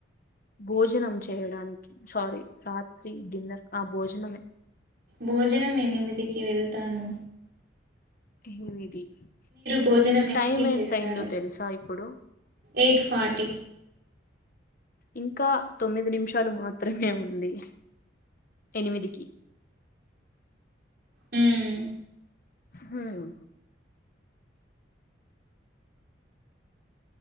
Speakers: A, on the left; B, on the right.
A: భోజనం చేయడానికి సారీ, రాత్రి డిన్నర్ ఆ భోజనమే.
B: భోజనం ఎనిమిదికి వెళ్తాను.
A: ఎనిమిది
B: భోజనం
A: మీరు
B: ఎంతకి
A: టైమ్
B: చేస్తారు
A: ఎంత అయిందొ తెలుసా ఇప్పుడు.
B: Eight forty.
A: ఇంకా తొమ్మిది నిమిషాలు మాత్రమే ఉంది ఎనిమిదికి.
B: హమ్
A: హూమ్